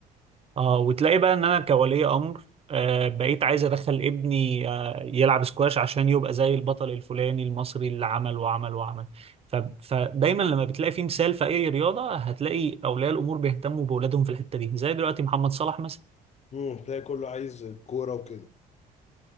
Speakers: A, on the right (about 35°); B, on the left (about 40°).
A: اه وتلاقي بقى ان انا كولي امر آه بقيت عايز ادخل ابني آه يلعب سكواش عشان يبقى زي البطل الفلاني المصري اللي عمل وعمل وعمل ف... فدايما لما بتلاقي في مثال في اي رياضه هتلاقي اولياء الامور بيهتموا باولادهم في الحته دي زي دلوقتي محمد صلاح مثلا
B: امم تلاقي كله عايز كورة وكده